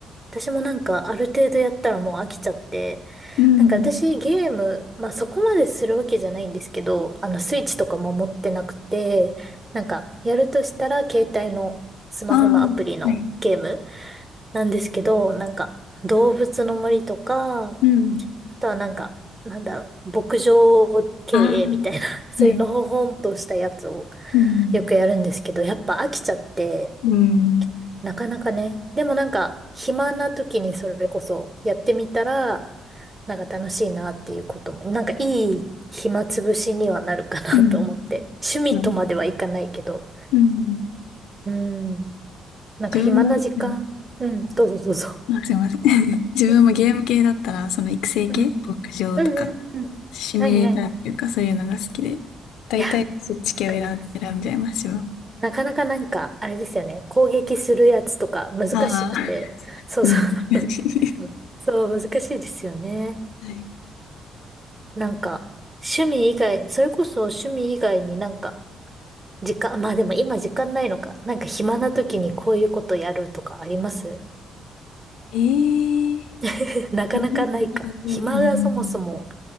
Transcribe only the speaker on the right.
私もなんかある程度やったらもう飽きちゃって、
なんか私ゲーム、まあそこまでするわけじゃないんですけど、あのスイッチとかも持ってなくて、なんかやるとしたら携帯のスマホのアプリのゲーム
なんですけど、なんか動物の森とか、あ
とはなんか、なんだろう、牧場経営みたいな、
<laughs> そういうのほほんとしたやつを
よくやるんですけど、やっぱ飽きちゃって、
なかなかね。でもなんか、暇な時にそれこそやってみたら、なんか楽しいなっていうことも、なんかいい暇つぶしにはなるかなと思って。
趣味とまではいかないけど。
うん。なんか暇な時間。
うん。どうぞどうぞ。
うん
うん。うんうんうん。
はいはいはい。
いや、わかります。
なかなかなんか、あれですよね。攻撃するやつとか難しくて。
そうそ
う。<laughs> そう、難しいですよね。
なんか、趣味以外、それこそ趣味以外になんか、時間、<laughs> まあでも今時間ないのか。なんか暇な時にこういうことやるとかあります
<laughs> なかなかないか。
暇がそもそも